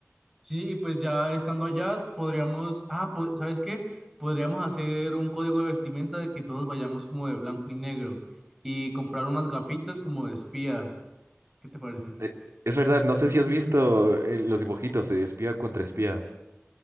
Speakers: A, in the centre; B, on the right.
A: Sí, y pues ya estando allá, podríamos, ah, pues, ¿sabes qué? Podríamos hacer un código de vestimenta de que todos vayamos como de blanco y negro y comprar unas gafitas como de espía. ¿Qué te parece?
B: Eh, Es verdad, no sé si has visto eh, los dibujitos de espía contra espía.